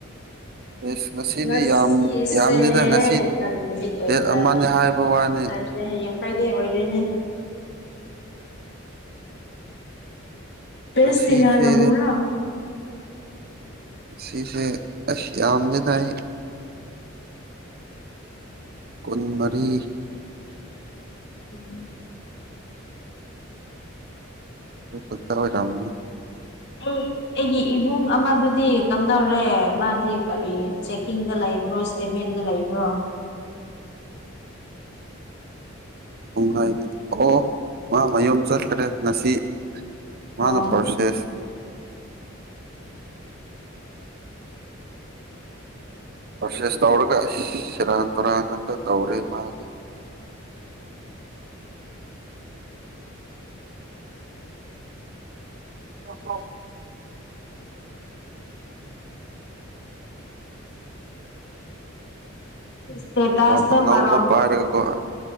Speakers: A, on the right; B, on the left.
A: ꯑꯦꯁ ꯉꯁꯤꯗꯤ
B: ꯉꯁꯦ
A: ꯌꯥꯝ ꯌꯥꯝꯗꯦꯗ ꯉꯁꯤ
B: ꯀꯔꯤ ꯅꯨꯃꯤꯠ ꯑꯣꯏꯕ꯭ꯔꯥ
A: ꯗꯦꯠ ꯑꯃꯅꯦ ꯍꯥꯏꯕ ꯋꯥꯅꯤ
B: ꯁꯥꯔꯁꯦ ꯍꯌꯦꯡ ꯀꯥꯏꯗꯩ ꯑꯣꯏꯔꯣꯏꯅꯦ ꯄꯦꯁ
A: ꯉꯁꯤꯁꯦ
B: ꯀꯩꯌꯥꯂ ꯍꯧꯕ꯭ꯔꯥ
A: ꯁꯤꯁꯤꯡꯁꯦ ꯑꯁ ꯌꯥꯝꯅ ꯊꯥꯏ ꯀꯨꯟꯃꯔꯤ
B: ꯎꯝ
A: ꯀꯠꯇ ꯑꯣꯏꯔꯥꯎꯅꯤ
B: ꯑꯩꯒꯤ ꯏꯕꯨꯡ ꯑꯃꯗꯨꯗꯤ ꯀꯝꯗꯧꯔꯦ ꯃꯥꯗꯤ ꯀꯔꯤ ꯆꯦꯛꯀꯤꯡꯗ ꯂꯩꯕ꯭ꯔꯣ ꯁꯇꯦꯃꯦꯟꯗ ꯂꯩꯕ꯭ꯔꯣ <unintelligible>
A: ꯍꯥꯏ ꯑꯣ ꯃꯥ ꯃꯌꯨꯝ ꯆꯠꯇ꯭ꯔꯦ ꯉꯁꯤ ꯃꯥꯅ
B: ꯑꯣ
A: ꯄꯔꯁꯦꯁ ꯄꯁꯦꯁ ꯇꯧꯔꯒ ꯁꯤꯔꯥꯟ ꯇꯨꯔꯅꯠꯇ ꯇꯧꯔꯤ ꯃꯥꯜꯂꯤꯦ ꯑꯣ
B: ꯏꯁꯇꯦꯇꯥꯁꯇ
A: ꯑꯣꯅꯧꯧꯕ
B: ꯃꯔꯣꯜ
A: ꯄꯥꯏꯔꯒꯀꯣ